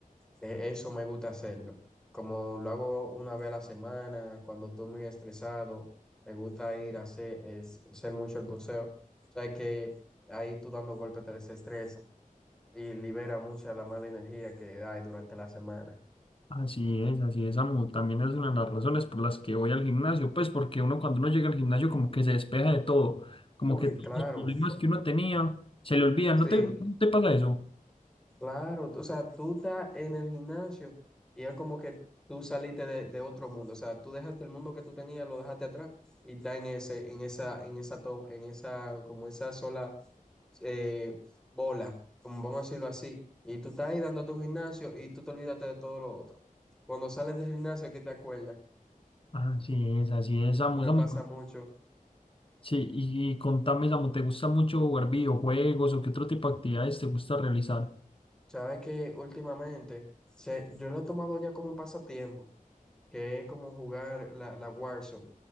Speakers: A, in the centre; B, on the left (about 40°).
A: eh, eso me gusta hacerlo. Como lo hago una vez a la semana, cuando estoy muy estresado, me gusta ir a hacer, es- hacer mucho el boxeo, o sea que ahí tú dando golpes te desestresa y libera mucha la mala energía que hay durante la semana.
B: Así es, así es, amo. También es una de las razones por las que voy al gimnasio, pues porque uno cuando uno llega al gimnasio como que se despeja de todo, como
A: Uy,
B: que todos
A: claro,
B: los problemas que uno tenía se le olvidan.
A: sí,
B: ¿No te, no te pasa eso?
A: claro. O sea, tú estás en el gimnasio y es como que tú saliste de, de otro mundo. O sea, tú dejaste el mundo que tú tenías, lo dejaste atrás y está en ese, en esa, en esa, to- en esa, como esa sola eh, bola, como vamos a decirlo así. Y tú estás ahí dando tu gimnasio y tú te olvidaste de todo lo otro. Cuando sales del gimnasio, ¿qué te acuerdas?
B: Así es, así es, Samu,
A: Me
B: Samu.
A: pasa mucho.
B: Sí, y, y contame, Samu, ¿te gusta mucho jugar videojuegos o qué otro tipo de actividades te gusta realizar?
A: Sabes que últimamente se- yo lo he tomado ya como un pasatiempo, que es como jugar la, la Warzone.